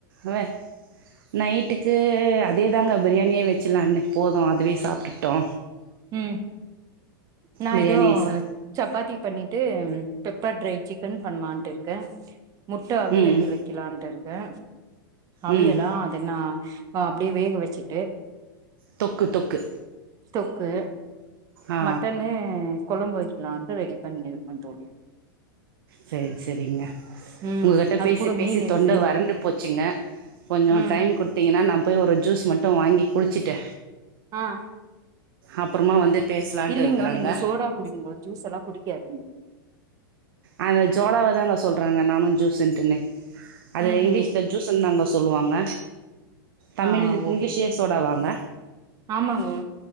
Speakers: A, on the right (about 70°); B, on the right (about 30°).
A: வெ நைட்டுக்கு அதேதாங்க பிரியாணியே வெச்சிலான்னு போது அதுவே சாப்ட்டுட்டோ
B: ம் நா
A: பிரியாணியே
B: இதோ
A: சா
B: சப்பாத்தி பண்ணிட்டு ம் பெப்பர் டரை சிக்கன் பண்லான்டிர்க்கே முட்ட அவியல்
A: ம்
B: வெக்கலான்டிருக்கே அவியலா
A: ம்
B: அது என்னா அ அப்டியே வேக வெச்சிட்டு
A: தொக்கு தொக்கு
B: தொக்கு
A: ஆ
B: மட்டனு கொழம்பு வெ க்லாண்ட்டு ரெடி பண்ணி இருக்கந் தோழி
A: சேர் செரிங்க
B: ம்
A: உங்ககிட்ட
B: அது
A: பேசி
B: கூட
A: பேசி
B: மீன் இருக்கு
A: தொண்ட வறண்டு போச்சுங்க கொஞ்சோ
B: ம்
A: டைம் குட்த்தீங்கனா நா போய் ஒரு ஜூஸ் மட்டு வாங்கி குடிச்சிட்டு
B: அ
A: அப்பறமா வந்து பேசலான்ட்டு
B: இல்லிங்கோ
A: இருக்கிறாங்க
B: நீங்கோ சோடா குடிங்கோ ஜூஸெல்லா குடிக்காதீங்கோ
A: அந்த ஜோலாவ தாங்க சொல்றாங்க நானு ஜூஸ்ன்டுன்னு அது
B: ம்
A: இங்லீஷ்ல
B: ம்
A: ஜூஸ்ன் தாங்க ஸ் சொல்லுவாங்க தமிழ்
B: ஆ
A: இங்லீஷியே
B: ஓகே
A: சோடா வாங்க
B: ஆமாங்கோ